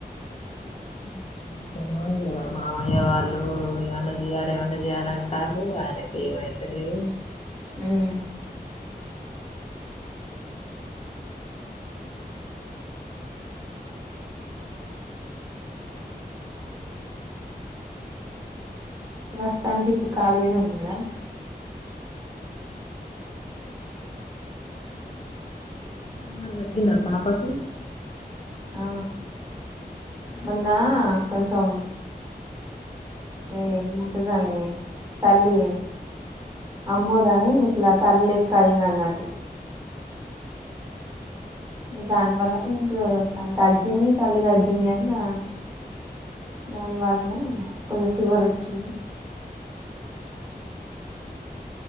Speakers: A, on the left; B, on the right.
A: ఉహుమ్ టెను ఇగా మామయ్య వాళ్ళు ఏమన్నా చేయాల ఏమన్నా చేయాల అంటారు ఆయనకి ఏమైతలేదు
B: ఉమ్ ప్రస్తుతానికి ఇప్పుడు ఖాళీ అనే ఉన్నాడా
A: ఫీవర్ తగ్గిద పాపాకి
B: ఆ మొన్న కొంచం అ ఏమూటదండి తల్లి అమ్మోదని ఇట్లా తల్ లెక్క అయింది అన్నట్టు దానివల్ల కొంచెం ఫీవర్ వస్తా తగ్గింది తల్లి తగ్గింది అని దా దానివల్లనే కొంచం ఫీవర్ వచ్చింది